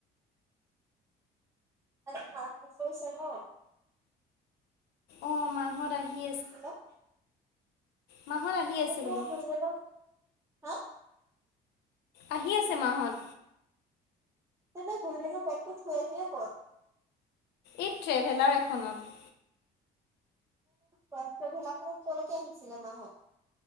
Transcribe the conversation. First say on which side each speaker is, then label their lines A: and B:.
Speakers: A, on the right; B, on the left.
A: <unintelligible> চে ন'
B: অ', মাহ'ত আহ হি
A: হেল্ল'
B: মাহ'ত আহি আছে
A: এতিয়া
B: বোলো।
A: গুণগুণৰ হা
B: আহি আছে মাহ'ত।
A: <unintelligible> তে তাই ঘুমদিল ব'টো থুই আহিলে ক'ত?
B: এই ট্ৰেভেলাৰ এখনত।
A: ভেলাৰখনত ক'ৰলৈকে আহিছিলে মাহ'ত?